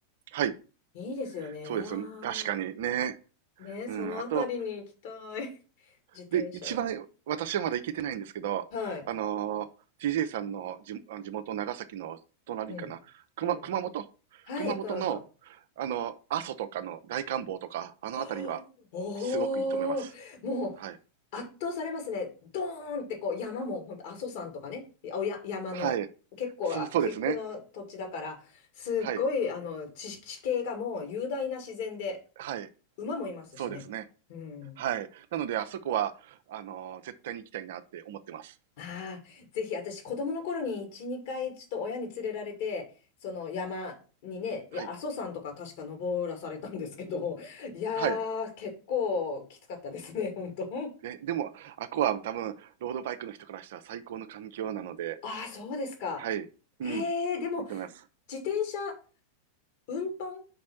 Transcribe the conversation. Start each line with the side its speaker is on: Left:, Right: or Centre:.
Right: はい。
Left: いいですよね。
Right: そうですよね。
Left: いやー、
Right: 確かにね。
Left: ね、そのあたりに行きたい。
Right: うん。あと、
Left: <laughs> 自転車。
Right: で、一番私はまだ行けてないんですけど、
Left: はい。
Right: あのー、TJ さんの地あ地元長崎の隣かな。
Left: うん。
Right: 熊、
Left: うん。
Right: 熊本
Left: はい、
Right: 熊本の、
Left: この後。
Right: あの、阿蘇とかの大観峰とか、あのあたりは、
Left: はあおー、
Right: すごくいいと思います。
Left: もう、
Right: はい。
Left: 圧倒されますね。ドーンってこう山も本当阿蘇山とかね、おや山の結構あ起伏の土地だから、
Right: はい。そう、そうですね。
Left: すっごいあの地地形がもう雄大な自然で、
Right: はい。はい。
Left: 馬もいますしね。
Right: そうですね。
Left: うん。
Right: はい。なので、あそこは、あの、絶対に行きたいなって思ってます。
Left: ああ、ぜひ私子供の頃に1、2回ちょっと親に連れられて、その山にね、
Right: はい。
Left: いや阿蘇山とか確か登らされたんですけど、<laughs> いやー、
Right: はい。
Left: 結構きつかったですね、本当。
Right: ね、でも、あこは多分、ロードバイクの人からしたら最高の環境なので、
Left: ああ、そうですか。
Right: はい。うん。
Left: へえ、でも
Right: いいと思います。
Left: 自転車運搬